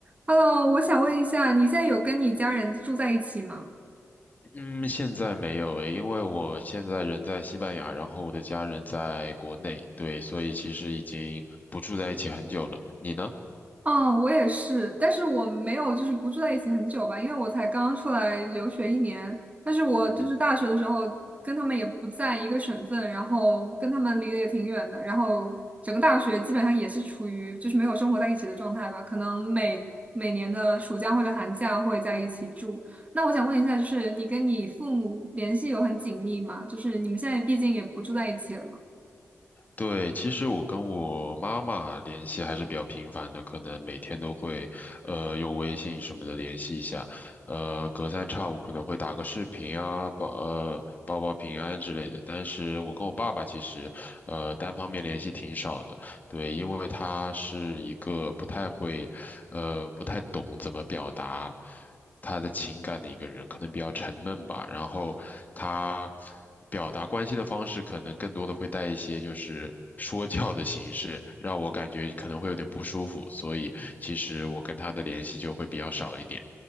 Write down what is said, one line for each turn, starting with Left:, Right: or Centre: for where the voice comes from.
Right: Hello，我想问一下，你现在有跟你家人住在一起吗？
Left: 嗯，现在没有诶，因为我现在人在西班牙，然后我的家人在国内，对，所以其实已经不住在一起很久了。你呢？
Right: 哦，我也是，但是我没有就是不住在一起很久吧，因为我才刚出来留学一年。但是我就是大学的时候跟他们也不在一个省份，
Left: 嗯。
Right: 然后跟他们离得也挺远的，然后整个大学基本上也是处于就是没有生活在一起的状态吧，可能每每年的暑假或者寒假会在一起住。那我想问一下，就是你跟你父母联系有很紧密吗？就是你们现在毕竟也不住在一起了嘛？
Left: 对，其实我跟我妈妈联系还是比较频繁的，可能每天都会，呃，用微信什么的联系一下，呃，隔三差五可能会打个视频啊，报呃报报平安之类的。但是我跟我爸爸其实，呃，单方面联系挺少的，对，因为他是一个不太会，呃，不太懂怎么表达。他的情感的一个人，可能比较沉闷吧。然后他表达关心的方式，可能更多的会带一些就是说教的形式，让我感觉可能会有点不舒服。所以其实我跟他的联系就会比较少一点。